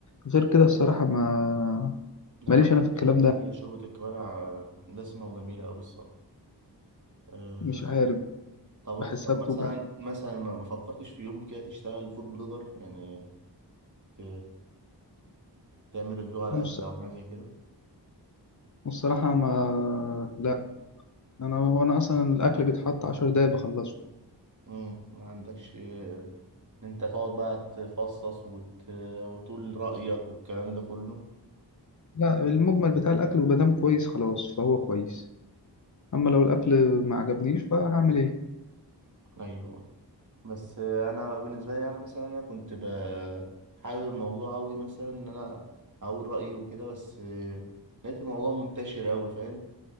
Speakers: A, on the left; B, on the right.
A: غير كده الصراحة ما
B: لا
A: ماليش
B: لا
A: انا في الكلام
B: فايتك
A: ده
B: كتير شوربة الكوارع دسمة وجميلة أوي الصراحة أه
A: مش عارف
B: طب
A: بحسها
B: طب مثلا
A: بتوجع
B: مثلا ما ما فكرتش في يوم كده تشتغل فود بلوجر يعني ت- تعمل ريفيو على
A: والص-
B: أكل أو حاجة زي كده
A: والصراحة ما لا انا هو انا اصلا الاكل بيتحط عشر دقايق بخلصه
B: مم. ما عندكش آه، ان انت تقعد بقى تفصص وت... وتقول رأيك والكلام ده كله
A: لا المجمل بتاع الاكل وبدام كويس خلاص فهو كويس اما لو الاكل ما عجبنيش فهعمل ايه
B: ايوه بس آه، انا بالنسبة لي انا مثلا انا كنت ب... حابب الموضوع اوي مثلا ان انا اقول رأيي وكده بس آه، لقيت الموضوع منتشر اوي فاهم